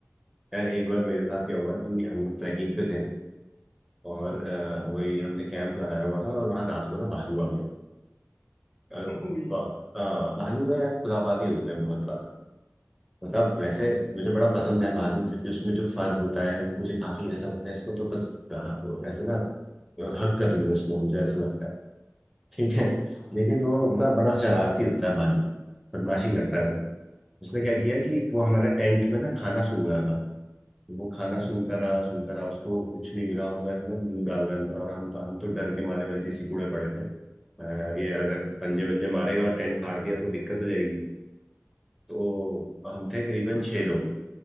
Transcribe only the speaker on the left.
हाँ
<laughs>
वही
हाँ
हाँ
हाँ
हाँ